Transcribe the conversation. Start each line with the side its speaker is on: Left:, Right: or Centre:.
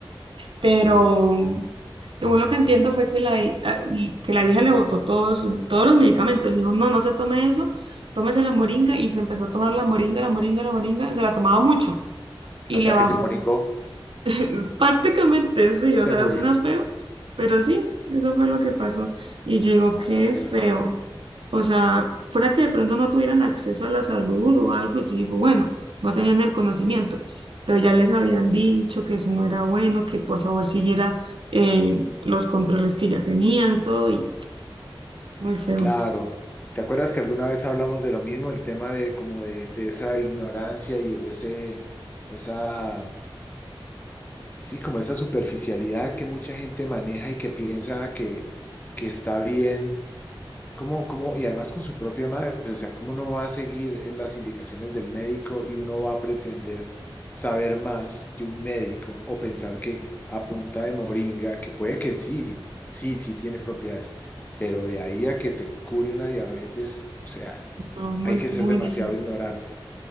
Right: Pero
Left: Uh,
Right: mm, según lo que entiendo fue que la, hi- a- y- que la hija le botó todos, todos los medicamentos. Le dijo, no, no se tome eso, tómese la moringa. Y se empezó a tomar la moringa, la moringa, la moringa. Se la tomaba mucho y
Left: hasta
Right: le bajó
Left: que se moringó,
Right: <laughs> Prácticamente sí,
Left: se
Right: o sea,
Left: murió.
Right: suena feo, pero sí, eso fue lo que pasó. Y yo digo,
Left: No,
Right: qué
Left: por Dios.
Right: feo. O sea, fuera que de pronto no tuvieran acceso a la salud o algo, yo digo, bueno, no tenían el conocimiento, pero ya les habían dicho que eso no era bueno, que por favor siguiera eh, los controles que ya tenían y todo, y muy feo,
Left: Claro. ¿Te acuerdas que alguna vez hablamos de lo mismo, el tema de como de, de esa ignorancia y ese, esa, sí, como esa superficialidad que mucha gente maneja y que piensa que, que está bien ¿Cómo, cómo, y además con su propia madre, o sea, ¿cómo uno va a seguir eh, las indicaciones del médico y uno va a pretender saber más que un médico o pensar que a punta de moringa, que puede que sí, sí, sí tiene propiedades, pero de ahí a que te cure una diabetes, o sea,
Right: no, muy,
Left: hay que
Right: muy
Left: ser demasiado
Right: difícil.
Left: ignorante.